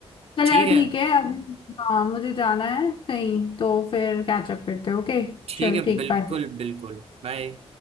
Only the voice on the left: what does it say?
चल
यार
ठीक है अब हाँ मुझे जाना है कहीं तो फिर कैचअप करते हैं ओके
चल
ठीक
बाय